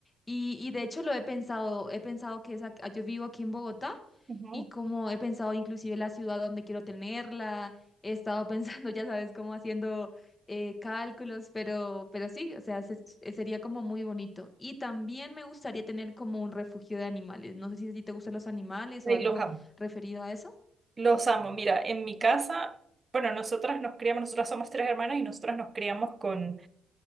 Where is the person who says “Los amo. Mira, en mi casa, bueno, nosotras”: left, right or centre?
Right